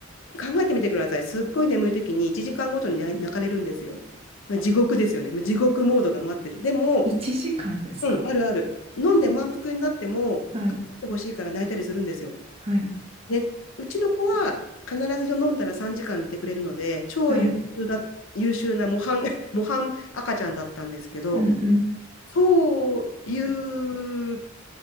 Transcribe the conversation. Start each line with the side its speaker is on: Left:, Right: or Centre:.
Left: 考えてみてください。すっごい眠い時に1時間ごとにな泣かれるんですよ。まあ地獄ですよね。まあ地獄モードが待ってる。でも、
Right: 1時間ですか
Left: うん、あるある。飲んで満腹になっても、
Right: はい。
Left: 飲んでほしいから泣いたりするんですよ。
Right: はい。
Left: ね、うちの子は必ず飲んだら3時間寝てくれるので、超優秀だ、
Right: はい。
Left: 優秀な模範、<laughs> 模範赤ちゃんだったんですけど、
Right: うんうん。
Left: そういう